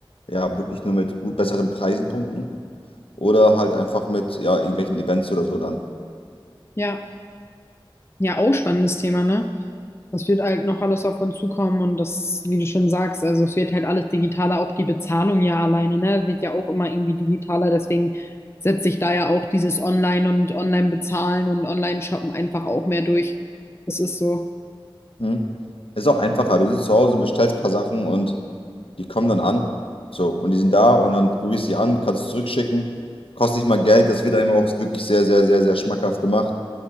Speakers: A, on the left; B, on the left.
A: ja wirklich nur mit gut besseren Preisen punkten oder halt einfach mit ja, irgendwelchen Events oder so dann.
B: Ja, ja, auch spannendes Thema, ne? Das wird halt noch alles auf uns zukommen und das, wie du schon sagst, also es wird halt alles digitaler, auch die Bezahlung ja alleine, ne, wird ja auch immer irgendwie digitaler, deswegen setze ich da ja auch dieses Online und Online-Bezahlen und Online-Shoppen einfach auch mehr durch. Das ist so
A: Mhm. Ist auch einfacher. Du sitzt zu Hause, bestellst ein paar Sachen und die kommen dann an. So, und die sind da und dann probierst du sie an, kannst es zurückschicken. Kostet nicht mal Geld, das wird einem auch wirklich sehr, sehr, sehr, sehr schmackhaft gemacht.